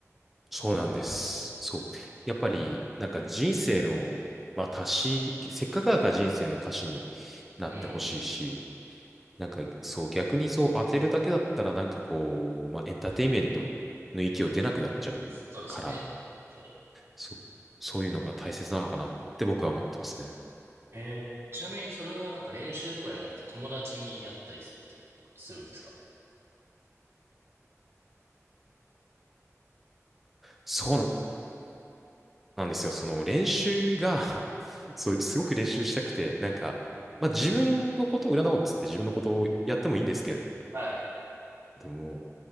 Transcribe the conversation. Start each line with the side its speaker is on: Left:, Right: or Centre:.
Centre: そうなんです。そう。
Right: なるほど。
Centre: やっぱり、なんか人生の、まあ足し、せっかくだから人生の足しになってほしいし、
Right: うん。
Centre: なんかそう、逆にそう当てるだけだったらなんかこう、まあエンターテインメントの域を出なくなっちゃうから、
Right: そうですよね。本当に。
Centre: そう、そういうのが大切なのかなって僕は思ってますね。
Right: えー、ちなみにそれはなんか練習とかやるのって友達にやったりすってするんですか
Centre: そうなんですよ。その練習が <laughs> そう、すごく練習したくて、なんか、まあ自分のことを占おうっつって自分のことをやってもいいんですけれ
Right: はい。
Centre: ども、